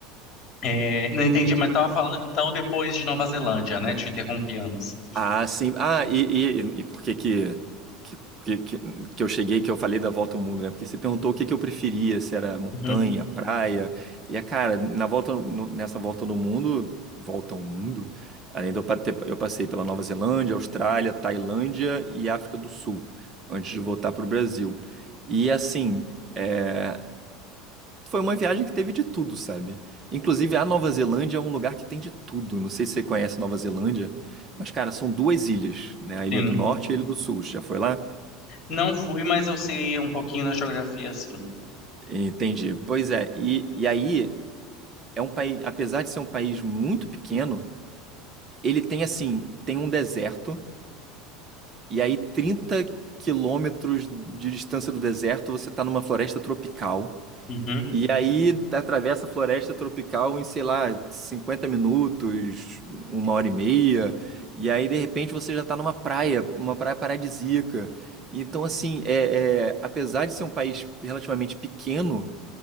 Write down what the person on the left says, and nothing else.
É, não entendi, mas estava falando então depois de Nova Zelândia, né? Te interrompi antes.
uhum,
sim,
Não fui, mas eu sei um pouquinho da geografia, sim.
uhum.